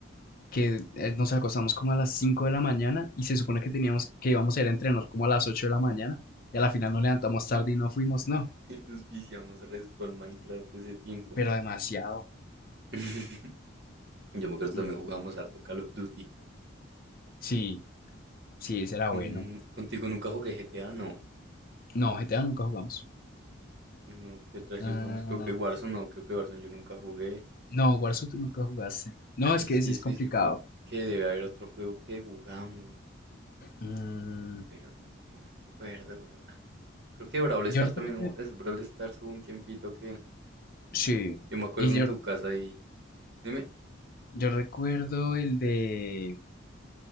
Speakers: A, on the left; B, on the right.
A: Que eh, nos acostamos como a las 5 de la mañana y se supone que teníamos que íbamos a ir a entrenar como a las 8 de la mañana y a la final nos levantamos tarde y no fuimos, no,
B: <laughs> Nos viciamos resto al Minecraft ese tiempo.
A: pero demasiado.
B: <laughs> Yo me acuerdo también
A: Mm,
B: jugábamos harto Call of Duty.
A: Sí, sí, ese era bueno.
B: Mm, contigo nunca jugué GTA, no.
A: No, GTA nunca jugamos.
B: No, ¿qué otra sí
A: Ah,
B: jugamos? Creo que Warzone, no, creo que Warzone yo nunca jugué.
A: no, Warzone tú nunca jugaste. No,
B: Ay,
A: es que
B: es
A: ese
B: que
A: es
B: estoy
A: complicado.
B: seguro que debe haber otro juego que jugamos,
A: Mm,
B: pero no, no me acuerdo, bro. Creo que Brawl
A: yo
B: Stars
A: creo
B: también
A: que
B: hubo, es Brawl Stars hubo un tiempito que
A: sí.
B: yo me acuerdo
A: Y yo,
B: en tu casa y... Dime,
A: Yo recuerdo el de...